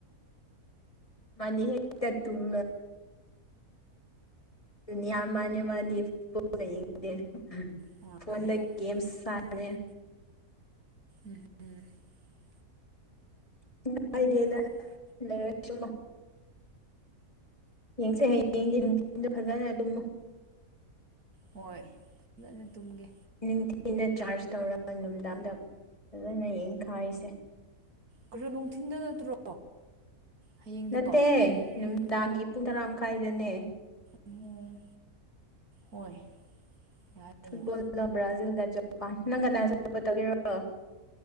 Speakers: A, on the left; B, on the right.
A: ꯃꯅꯤꯦꯛꯇ ꯇꯨꯝ ꯑꯗꯨꯅꯤ ꯌꯥꯝ ꯃꯥꯥꯟꯅꯤ ꯃꯥꯗꯤ ꯐꯨꯠꯕꯣꯜꯗ ꯌꯦꯡꯗꯦ
B: ꯍꯣꯏ
A: ꯐꯣꯟꯗ ꯒꯦꯝꯁ
B: ꯒꯦꯝ
A: ꯁꯅ ꯑꯅꯤ
B: ꯁꯥ <unintelligible>
A: ꯅꯨꯡꯉꯥꯏꯗꯦꯗ
B: ꯀꯥꯏꯗꯦꯗ
A: ꯂꯩꯔꯣꯏꯁꯨ ꯌꯦꯡꯁꯦ ꯍꯌꯦꯡꯗꯤ ꯅꯨꯡꯊꯤꯟꯗ ꯐꯖꯅ ꯑꯗꯨꯝ
B: ꯍꯣꯏ ꯐꯖꯅ ꯇꯨꯡꯒꯦ
A: ꯅꯤꯡꯊꯤꯅ ꯆꯥꯔꯖ ꯇꯧꯔꯒ ꯅꯨꯡꯗꯥꯡꯗ ꯐꯖꯅ ꯌꯦꯡꯈꯥꯏꯔꯤꯁꯦ
B: ꯀꯩꯅꯣ ꯅꯨꯡꯊꯤꯟꯗ ꯅꯠꯇ꯭ꯔꯣ ꯍꯌꯦꯡꯗꯣ
A: ꯅꯠꯇꯦ
B: ꯑꯦ
A: ꯅꯨꯃꯤꯗꯥꯡꯒꯤ ꯄꯨꯡ ꯇꯔꯥ ꯃꯈꯥꯏꯗꯅꯦ
B: ꯑꯣ ꯍꯣꯏ ꯌꯥꯏ
A: ꯐꯨꯠꯕꯣꯜꯗ
B: ꯌꯥꯏ
A: ꯕ꯭ꯔꯥꯖꯤꯜꯗ ꯖꯄꯥꯟ ꯅꯪ ꯀ ꯅꯄꯔ